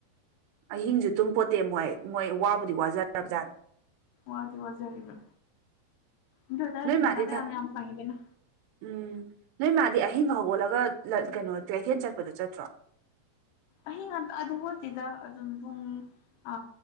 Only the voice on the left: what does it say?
ꯋꯥꯗꯤ ꯋꯥꯖꯔꯤꯕ ꯑꯗꯨ ꯑꯣꯏ ꯇꯔꯁꯨ
ꯄꯩꯁꯥꯗ
ꯌꯥꯝ ꯌꯥꯝ ꯐꯪꯉꯤꯗꯅ
ꯑꯍꯤꯡ ꯑꯗꯦ ꯍꯣꯠꯇꯗ ꯑꯗꯨꯝꯨꯡ ꯑ